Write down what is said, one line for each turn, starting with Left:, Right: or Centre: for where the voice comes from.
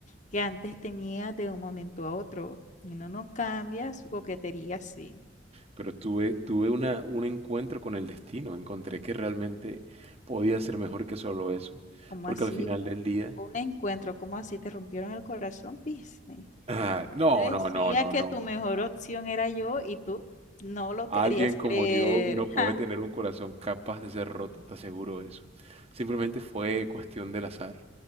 Left: que antes tenías de un momento a otro. No, no cambias su coquetería así.
Right: Pero tuve, tuve una, un encuentro con el destino. Encontré que realmente podía ser mejor que solo eso.
Left: Como
Right: Porque
Left: así
Right: al final
Left: un,
Right: del día...
Left: un encuentro, como así te rompieron el corazón, ¿viste?
Right: Ah, no,
Left: Te decía
Right: no, no, no,
Left: que
Right: no.
Left: tu mejor opción era yo y tú no lo
Right: Alguien
Left: querías
Right: como
Left: creer.
Right: yo no
Left: <laughs>
Right: puede
Left: Ja,
Right: tener un corazón capaz de ser roto, te aseguro eso. Simplemente fue cuestión del azar,